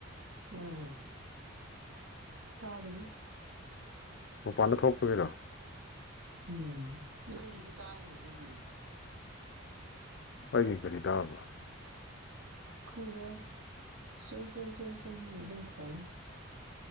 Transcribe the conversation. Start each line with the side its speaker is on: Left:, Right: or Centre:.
Right: ꯎꯝ ꯇꯥꯒꯗꯤ
Left: ꯃꯄꯥꯟꯗ ꯊꯣꯛꯇꯕꯤꯔꯣ
Right: ꯎꯝ ꯅꯪꯒꯤꯁꯨ ꯇꯥꯏꯅ ꯑꯗꯨꯒꯤ
Left: ꯑꯩꯒꯤ ꯀꯔꯤ ꯇꯥꯕ
Right: ꯈꯪꯗꯦ ꯁꯤꯡꯁꯤꯡꯆꯤꯡ ꯆꯤꯡ ꯍꯥꯏꯅ ꯑꯗꯨꯝ ꯈꯣꯡꯉꯤ